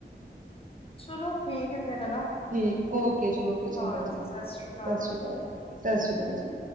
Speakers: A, on the left; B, on the right.
A: ਚਲੋ ਠੀਕ ਏ ਫੇਰ ਹਨਾ।
B: ਠੀਕ ਓਕੇ ਜੀ, ਓਕੇ ਚੰਗਾ
A: ਹਾਂਜੀ
B: ਜੀ
A: ਸਤਿ ਸ੍ਰੀ ਅਕਾਲ
B: ਸਸਰੀ ਕਾਲ- ਸਸਰੀ ਕਾਲ ਜੀ।